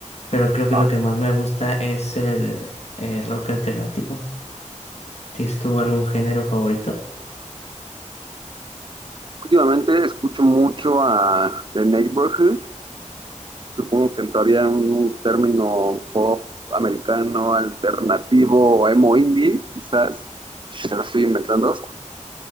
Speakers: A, on the left (about 55°); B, on the right (about 40°).
A: pero creo que
B: Ah,
A: lo que más me gusta es el, eh, rock alternativo. ¿Tienes tú algún género favorito?
B: últimamente escucho mucho a The Neighborhood, supongo que entraría en un término pop americano, alternativo o emo indie, quizás, si me lo estoy inventando.